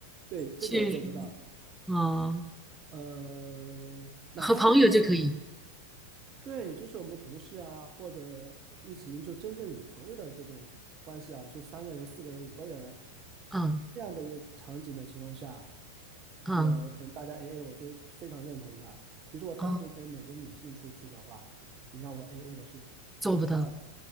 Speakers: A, on the right; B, in the centre.
A: 对，这个我做不到。
B: 去实，嗯，
A: 呃，哪怕是在
B: 和朋友就可以，
A: 对，就是我们同事啊，或者一起就真正以朋友的这种关系啊，就三个人、四个人、五个人
B: 嗯
A: 这样的一个场景的情况下，
B: 嗯。
A: 我可能大家 AA，我就非常认同的。比如说我单独跟某个女性出去的话，
B: 啊，
A: 你让我 AA，我是做不到的。
B: 做不到。